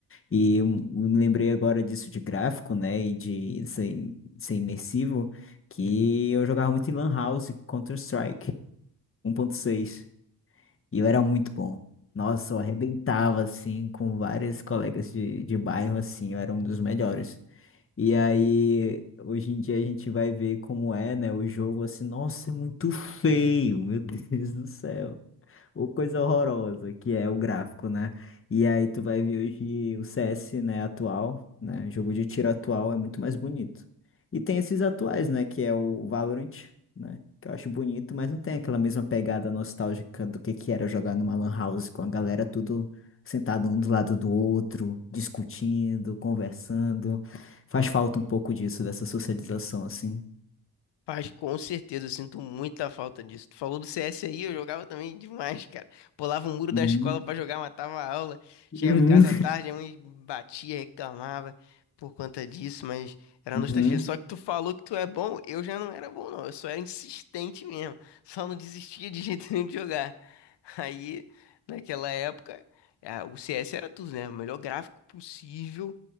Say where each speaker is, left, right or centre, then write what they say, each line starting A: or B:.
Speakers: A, on the left; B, on the left.
A: E eu m- eu me lembrei agora disso de gráfico, né? E de ser, ser imersivo, que eu jogava muito em Lan House Counter-Strike 1.6. E eu era muito bom. Nossa, eu arrebentava, assim, com vários colegas de, de bairro, assim, eu era um dos melhores. E aí, hoje em dia a gente vai ver como é, né, o jogo assim, nossa, é muito feio, meu <laughs> Deus do céu. Ou coisa horrorosa, que é o gráfico, né? E aí tu vai ver hoje o CS, né, atual, né? Jogo de tiro atual é muito mais bonito. E tem esses atuais, né, que é o Valorant, né? Que eu acho bonito, mas não tem aquela mesma pegada nostálgica do que que era jogar numa lan house com a galera tudo sentado um do lado do outro, discutindo, conversando. Faz falta um pouco disso, dessa socialização, assim.
B: Faz com certeza, eu sinto muita falta disso. Tu falou do CS aí, eu jogava também demais, cara. Pulava o muro
A: Uhum,
B: da escola pra jogar, matava a aula. Chegava
A: uhum,
B: em casa à tarde, a mãe batia, reclamava por conta disso, mas era
A: uhum,
B: nostalgia. Só que tu falou que tu é bom, eu já não era bom, não. Eu só era insistente mesmo. Só não desistia de <laughs> jeito nenhum de jogar. Aí, naquela época, ah, o CS era tudo, né? O melhor gráfico possível